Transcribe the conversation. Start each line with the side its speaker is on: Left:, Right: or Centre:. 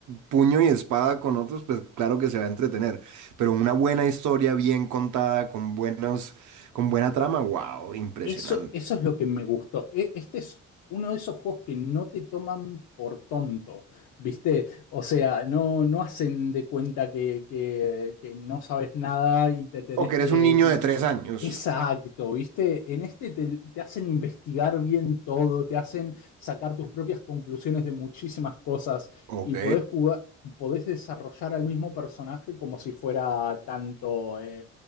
Right: puño y espada con otros, pues claro que se va a entretener. Pero una buena historia bien contada, con buenos, con buena trama, wow, impresionante.
Left: Eso, eso es lo que me gustó. E- Este es uno de esos juegos que no te toman por tonto, ¿viste? O sea, no, no hacen de cuenta que, que- que no sabes nada y te tenés
Right: O que
Left: que...
Right: eres un niño
Left: ¿cómo
Right: de
Left: se-
Right: tres años.
Left: Exacto, ¿viste? En este te, te hacen investigar bien todo, te hacen sacar tus propias conclusiones de muchísimas cosas
Right: Ok.
Left: y podés jugar, podés desarrollar al mismo personaje como si fuera tanto eh,